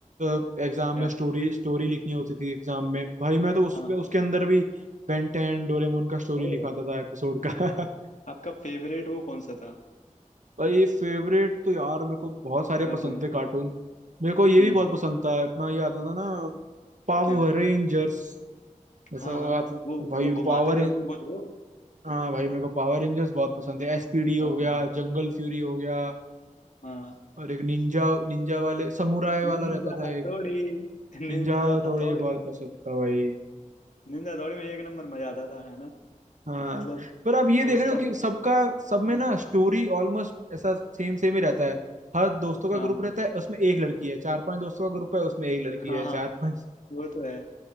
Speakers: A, on the right (about 65°); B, on the left (about 65°).
A: अ, एग्जाम
B: क्या
A: में स्टोरी स्टोरी लिखनी होती थी एग्जाम में भाई मैं तो उसमें
B: हाँ
A: उसके
B: हाँ
A: अंदर भी बेन टेन डोरेमोन का स्टोरी
B: ओ
A: लिखाता था एपिसोड का <laughs>
B: आपका फेवरेट वो कौन सा था
A: भाई फेवरेट तो यार मेरे को बहुत सारे
B: कार्टून
A: पसंद थे कार्टून मेरे को ये
B: हम्म
A: भी बहुत पसंद था अपना ये आता था ना पावर
B: क्या
A: रेंजर्स ऐसा
B: हाँ
A: वो
B: हाँ
A: आता
B: वो
A: भाई
B: वो घुमाते
A: पावर
B: थे उसमें कुछ वो
A: हाँ भाई मेरे को पावर रेंजर्स बहुत पसंद है एसपीडी हो
B: हाँ
A: गया जंगल फ्यूरी हो गया
B: हाँ
A: और एक निंजा निंजा वाले समुराय वाला
B: Ninja
A: रहता था
B: Hattori
A: एक निंजा
B: Ninja
A: थोड़ी
B: Hattori
A: बहुत पसंद था भाई
B: Ninja Hattori में एक नंबर मजा आता था है ना
A: हाँ
B: मतलब
A: पर आप ये देख
B: उस
A: रहे हो
B: टाइम
A: कि सबका सब में
B: हम्म,
A: ना स्टोरी ऑलमोस्ट ऐसा सेम सेम ही रहता है हर दोस्तों का
B: हाँ
A: ग्रुप रहता है उसमें एक लड़की है चार पांच दोस्तों का ग्रुप है उसमें एक लड़की
B: हाँ
A: है
B: हाँ
A: चार पांच <laughs>
B: वो तो है